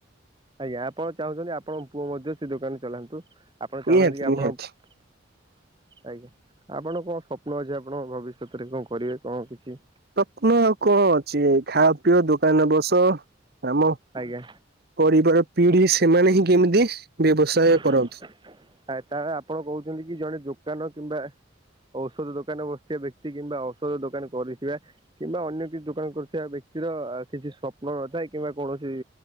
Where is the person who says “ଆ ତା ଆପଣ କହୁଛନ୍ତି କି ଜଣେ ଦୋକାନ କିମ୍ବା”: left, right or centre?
Right